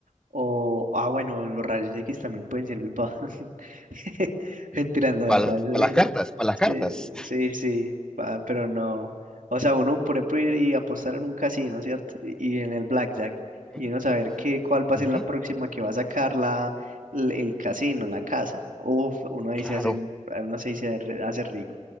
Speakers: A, on the right (about 85°); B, in the centre.
A: o ah bueno los rayos X también pueden servir para <laughs> mentirando de
B: Para
A: falso
B: las, para
A: <laughs>
B: las cartas, para las
A: sí
B: cartas.
A: sí, sí, pa- pero no o sea uno por ejemplo ir y apostar en un casino cierto y, y en el blackjack
B: <laughs>
A: y uno saber qué cuál va a ser
B: Ujú,
A: la próxima que va a sacar la el, el casino la casa uf uno ahí
B: Claro.
A: se hace uno se, ahí se re- hace rico